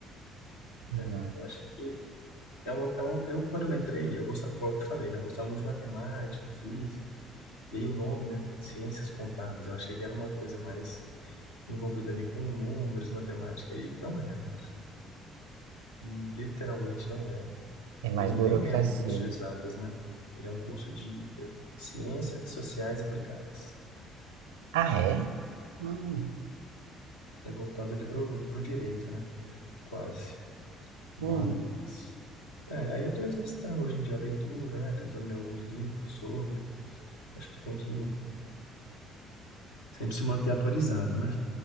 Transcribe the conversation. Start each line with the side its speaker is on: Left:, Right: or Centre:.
Right: Não
Left: É,
Right: é.
Left: eu acho que é uma, é uma- eu quando eu entrei, eu gostava, igual eu te falei, né? Eu gostava muito de matemática, física, e aí o nome, né? Ciências contábeis, eu achei que era uma coisa mais envolvida ali com números, matemática, e não é, né? Literalmente não é.
Right: é mais
Left: Ele
Right: burocracia.
Left: nem é um curso de exatas, né? Ele é um curso de eh, ciências sociais aplicadas.
Right: Ah,
Left: Acho que
Right: é?
Left: é
Right: Hum,
Left: é voltado ali pro, pro direito, né? Quase. Mas.
Right: hum.
Left: É, aí eu tô exercitando hoje em dia a leitura, né? Tentando ler alguns livros sobre. Acho que tem que sempre se manter atualizado, né?